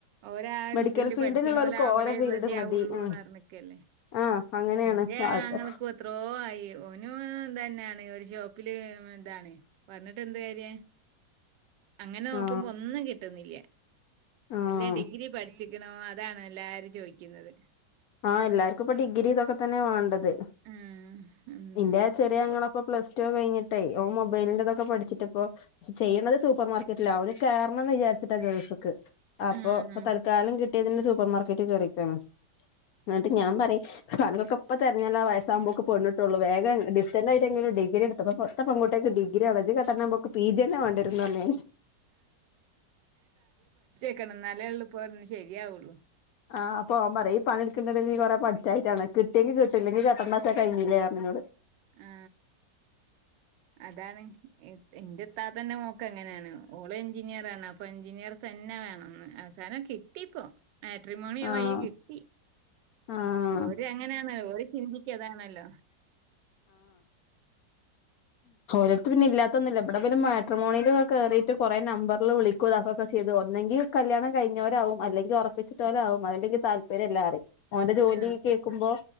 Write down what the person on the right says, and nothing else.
ഓരാ
ഇതില്
പഠിക്ക്ണോലാവുമ്പഴേ
റെഡിയാവുള്ളൂന്ന്
അറിഞ്ഞക്കല്ലേ
ഇന്റെ
അങ്ങളക്കും എത്രോ ആയി ഒനും തന്നെണ് ഷോപ്പില് ഇതാണ് പറഞ്ഞിട്ട് എന്ത് കാര്യ അങ്ങനെ നോക്കുമ്പോ
ഒന്നും കിട്ടുന്നില്ല
എല്ലാം ഡിഗ്രി പഠിച്ചിക്കണോ അതാണ് എല്ലാരും ചോദിക്കുന്നത്
ഉം. ഉം.
ഒ
ഉം.
ക്കണം നലല്ലേ പോ ശരിയാവുള്ളൂ
ആ അതാണ് എ എന്റെ ത്താത്തന്റെ മോക്ക് അങ്ങനെയാണ് ഓള് എഞ്ചിനീയർ ആണ് അപ്പൊ എഞ്ചിനീർ തന്നെ വേണംന്ന് അവസാനം കിട്ടിപ്പോ മാട്രിമോണിയോ
വയി കിട്ടി
ഓര് അങ്ങനെയാണ് ഓര് ചിന്തി ക്ക അതാണല്ലോ
ആ